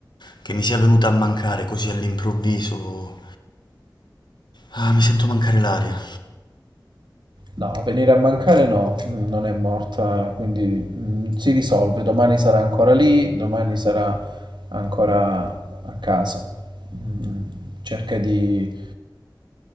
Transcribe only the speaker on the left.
Che mi sia venuta a mancare così all'improvviso. Ah, mi sento mancare l'aria.